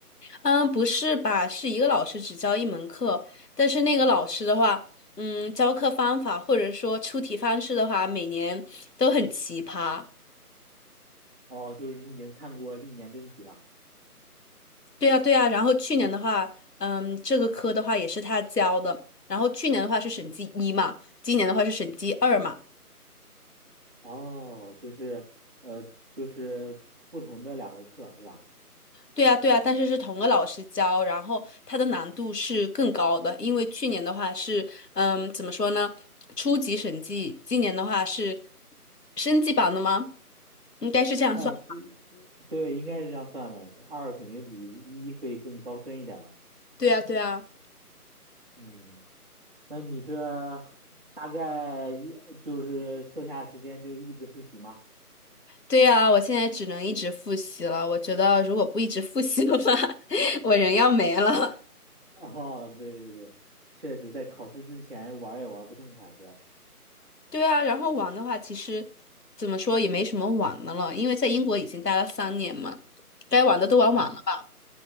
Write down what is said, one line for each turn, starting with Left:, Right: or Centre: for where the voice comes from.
Left: 嗯，不是吧？是一个老师只教一门课，但是那个老师的话，嗯，教课方法或者说出题方式的话，每年都很奇葩。
Right: 哦，就是你已经看过历年真题了。
Left: 对啊，对啊。然后去年的话，嗯，这个科的话也是他教的。然后去年的话是审计一嘛，今年的话是审计二嘛。
Right: 哦，就是呃，就是不同的两个课是吧？
Left: 对呀，对呀，但是是同个老师教，然后它的难度是更高的，因为去年的话是，嗯，怎么说呢，初级审计，今年的话是升级版的吗？应该是这样算。
Right: 算是，对，应该是这样算的。二肯定比一会更高深一点儿吧？
Left: 对呀，对呀，
Right: 嗯，那你这大概一就是剩下的时间就一直复习吗？
Left: 对呀，我现在只能一直复习了。我觉得如果不一直复习的话，<laughs> 我人要没了。
Right: <laughs> 哦，对对对，确实在考试之前玩儿也玩儿不痛快，主要是。
Left: 对啊，然后玩的话，其实怎么说也没什么玩的了，因为在英国已经待了三年嘛，该玩的都玩完了。
Right: 嗯